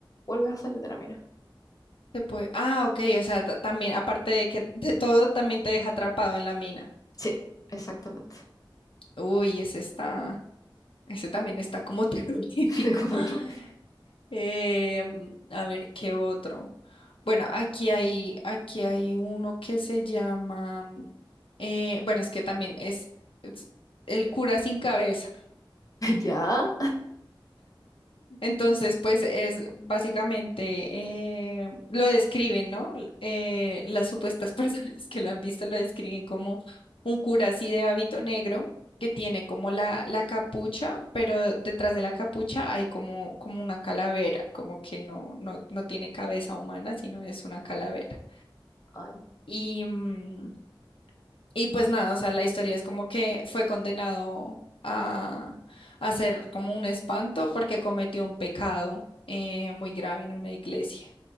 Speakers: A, on the left (about 40°); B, on the left (about 90°).
A: vuelves a salir de la mina.
B: te puede- ah, ok, o sea, ta- también, aparte de que de todo, también te deja atrapado en la mina.
A: Sí, exactamente.
B: Uy, ese está, ese también está como terrorífico.
A: <laughs>
B: <laughs> Em, a ver, ¿qué otro? Bueno, aquí hay, aquí hay uno que se llama, eh, bueno, es que también es, es el cura sin cabeza.
A: Ya.
B: Entonces, pues es básicamente, eh, lo describen, ¿no? Eh, las supuestas <laughs> personas que lo han visto lo describen como un cura así de hábito negro que tiene como la, la capucha, pero detrás de la capucha hay como, como una calavera, como que no, no, no tiene cabeza humana, sino es una calavera.
A: Ay,
B: Y, mm, y
A: Dios.
B: pues nada, o sea, la historia es como que fue condenado a, a ser como un espanto porque cometió un pecado eh, muy grave en una iglesia.